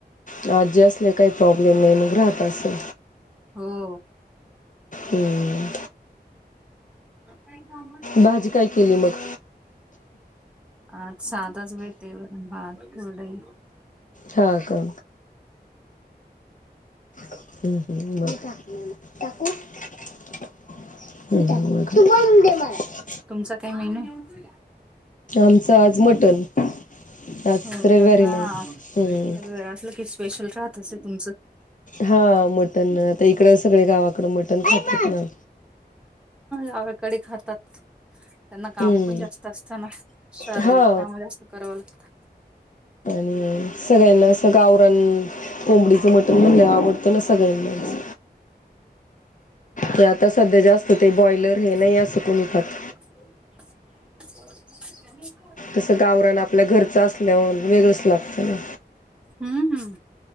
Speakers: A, on the left; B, in the centre.
A: न आजी असले काही प्रॉब्लेम नाही मग राहत असेल.
B: हो.
A: हम्म.
B: <unintelligible>
A: भाजी काय केली मग?
B: आत साधंच भेटते वरण-भात कुरडई.
A: हा का! हम हम <unintelligible>
B: तुमचा काय मेनू ये?
A: आमचं आज मटण. आज
B: अ
A: रविवार आहे
B: हा
A: ना
B: सगळं
A: हम्म
B: अस कस पेशल राहत असे तुमच?
A: हा मटण आता एक कड सगळे गावा कड मटण खातत ना.
B: अवाकडे कडे खातात त्यांना कामं
A: हम्म
B: पण जास्त असतना. शारीरिक
A: हा
B: कामं जास्त करावं लागत.
A: आणि सगळ्यांना असं गावराण कोंबडीचं मटण म्हणलय आवडत नस यांनाच ते आता सध्या जास्त
B: <inaudible>
A: ते बॉयलर हे नाही असं कोणी खात
B: <inaudible>
A: तसं गावरान आपल्या घरचं असल्याव वेगळंच लागत ना.
B: हम्म हम्म